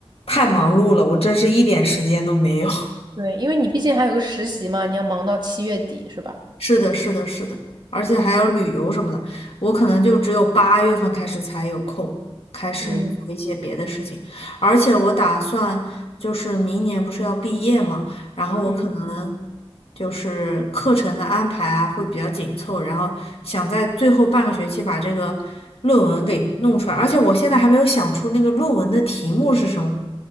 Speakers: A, on the left (about 70°); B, on the right (about 45°).
A: 太忙碌了，我真是一点时间都没有。
B: 对，因为你毕竟还有个实习嘛，你要忙到七月底，是吧？
A: 是的，是的，是的，而且还有旅游什么的，
B: 嗯
A: 我可能就只有八月份开始才有空，开始做一些别的事情。
B: 嗯
A: 而且我打算就是明年不是要毕业嘛，然后我可能就是课程的安排啊会比较紧凑，
B: 嗯，
A: 然后想在最后半个学期把这个论文给弄出来。而且我现在还没有想出那个论文的题目是什么，